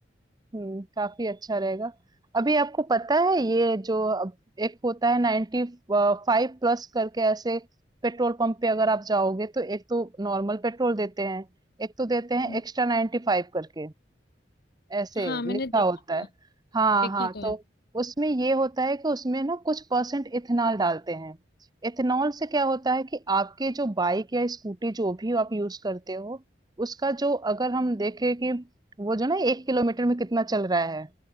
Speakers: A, on the right (about 20°); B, on the left (about 60°).
A: हुँ, काफ़ी अच्छा रहेगा। अभी आपको पता है ये जो अब एक होता है 90 अ, 5 प्लस करके ऐसे पेट्रोल पंप पे अगर आप जाओगे तो एक तो नॉर्मल पेट्रोल देते हैं, एक तो देते हैं
B: हम्म,
A: एक्स्ट्रा 95 करके। ऐसे
B: हाँ मैंने
A: लिखा
B: देखा
A: होता
B: था
A: है हाँ
B: देखा
A: हाँ
B: तो
A: तो
B: है
A: उसमें ये होता है कि उसमें ना कुछ परसेंट इथेनॉल डालते हैं इथेनॉल से क्या होता है कि आपके जो बाइक या स्कूटी जो भी आप यूज करते हो उसका जो अगर हम देखें कि वो जो ना एक किलोमीटर में कितना चल रहा है